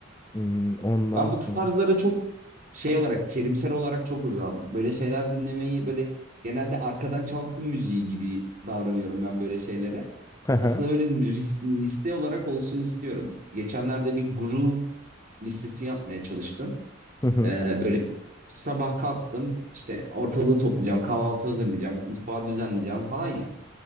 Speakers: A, on the left (about 15°); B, on the right (about 45°).
A: Hmm, Ondan
B: Ben
A: sonra.
B: bu tarzlara çok şey olarak terimsel olarak çok uzağım. Böyle şeyler dinlemeyi böyle genelde arkadan çalsın müziği gibi davranıyorum ben böyle şeylere.
A: <laughs> Hı hı.
B: Aslında böyle ris- liste olarak olsun istiyorum. Geçenlerde bir groove listesi yapmaya çalıştım.
A: Hı hı.
B: Ee, böyle sabah kalktım işte ortalığı toplayacağım, kahvaltı hazırlayacağım, mutfağı düzenleyeceğim falan ya.